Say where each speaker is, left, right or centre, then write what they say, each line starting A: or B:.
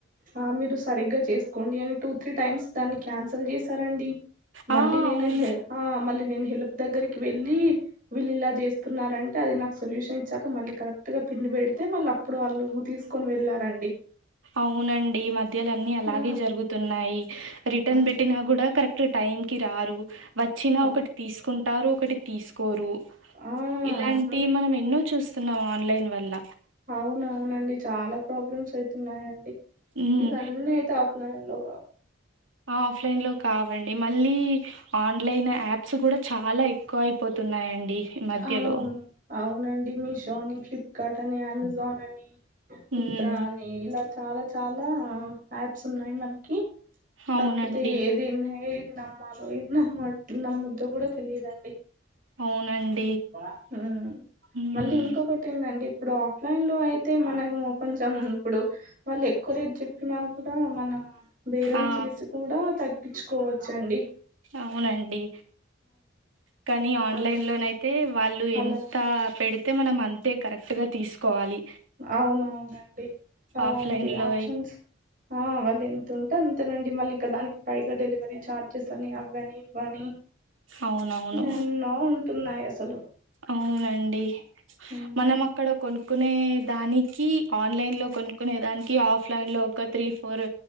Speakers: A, on the right; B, on the right.
A: ఆ మీరు సరిగ్గా చేసుకోండి అని టూ త్రీ టైమ్స్ దాన్ని క్యాన్సల్ చేసారండి
B: ఆ
A: మళ్ళీ నేనె
B: అవును
A: హే ఆ మళ్ళీ నేనె హెల్ప్ దగ్గరికి వెళ్ళి వీళ్ళు ఇలా చేస్తున్నారంటే అది నాకు సొల్యూషన్ ఇచ్చాక మళ్ళీ కరెక్టుగా పిన్ను పెడితే మళ్ళ అప్పుడు వాళ్ళు తీసుకొని వెళ్ళారండి
B: అవునండి మధ్యలన్ని అలాగే
A: ఆ
B: జరుగుతున్నాయి రిటర్న్
A: అవును
B: పెట్టినా కూడా కరెక్ట్ టైంకి రారు వచ్చినా
A: వారు.
B: ఒకటి తీసుకుంటారు. ఒకటి తీసుకోరు
A: ఆ
B: ఇలాంటి
A: అలా
B: మనం ఎన్నో చూస్తున్నాం ఆన్లైన్ వల్ల
A: అవును అవునండి చాలా ప్రాబ్లమ్స్ అయితున్నాయండి.
B: ఉమ్,
A: ఇవన్నీ అయితే ఆఫ్లైన్ లో కావ్
B: ఆఫ్లైన్ లో కావండి మళ్ళీ ఆన్లైన్ యాప్స్ కూడా చాలా ఎక్కువ అయిపోతున్నాయండి ఈ మధ్యలో.
A: అవును అవునండి మీషో అని ఫ్లిప్కార్ట్ అని అమెజాన్ అని
B: హ్మ్.
A: మిత్రా అని ఇల చాల చాల యాప్స్ ఉన్నాయి మనకి.
B: అవునండి.
A: కాకపోతే ఏది ఏది నమ్మాలో ఏది నమ్మ నమ్మొద్దో కూడ తెలిదండి.
B: అవునండి
A: పా హూ
B: హ్మ్.
A: మళ్ళీ ఇంకొకటి ఏందంటే ఇప్పుడు ఆఫ్లైన్ లో అయితే మనము కొంచెం ఇప్పుడు వాళ్ళు ఎక్కువ రేప్ చెప్పినా కూడా మనం బేరం
B: ఆ!
A: చేసి కూడా తగ్గిచ్చుకోవచ్చండి
B: అవునండి కానీ ఆన్లైన్లో
A: అల-
B: నైత్ అంటే వాళ్ళు
A: అలా
B: ఎంత పెడితే మనం అంతే కరెక్టుగా తీసుకోవాలి
A: అవునవునండి అలాంటి
B: ఆఫ్లైన్‌లో
A: ఆప్షన్స్
B: అయి
A: ఆ వాళ్ళు ఎంత ఉంటే అంత నండి మళ్ళీ ఇక దానికి పైగా డెలివరీ ఛార్జ్ చ్చేస్ అని అవ్వని ఇవ్వని
B: అవునవును.
A: ఎన్నో ఉంటున్నాయి అసలు
B: అవునండి
A: హ్మ్.
B: మనం అక్కడ కొనుక్కునే దానికి ఆన్లైన్ లో కొనుకునే దానికి ఆఫ్ లైన్ లో ఒక త్రీ ఫోర్